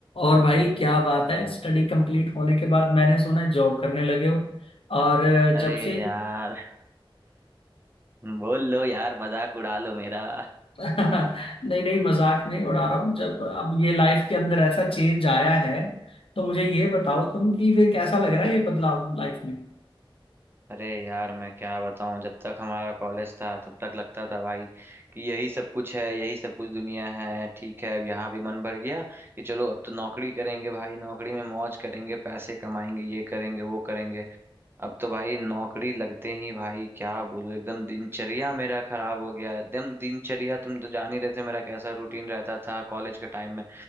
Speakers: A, on the left (about 80°); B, on the right (about 25°).
A: और भाई क्या बात है स्टडी कंप्लीट होने के बाद मैंने सुना है जॉब करने लगे हो और
B: अरे
A: जब से
B: यार बोल लो यार मजाक उड़ा लो मेरा
A: <laughs> नहीं नहीं मजाक नहीं उड़ा रहा हूँ जब अब ये लाइफ के अंदर ऐसा चेंज आया है तो मुझे ये बताओ तुम कि फिर कैसा लग रहा है ये बदलाव लाइफ में
B: अरे यार मैं क्या बताऊं जब तक हमारा कॉलेज था तब तक लगता था भाई कि यही सब कुछ है यही सब कुछ दुनिया है ठीक है अब यहाँ भी मन भर गया कि चलो अब तो नौकरी करेंगे भाई नौकरी में मौज करेंगे पैसे कमाएंगे ये करेंगे वो करेंगे अब तो भाई नौकरी लगते ही भाई क्या बोलूं एकदम दिनचर्या मेरा खराब हो गया है। एकदम दिनचर्या तुम तो जान ही रहे थे मेरा कैसा रूटीन रहता था कॉलेज के टाइम में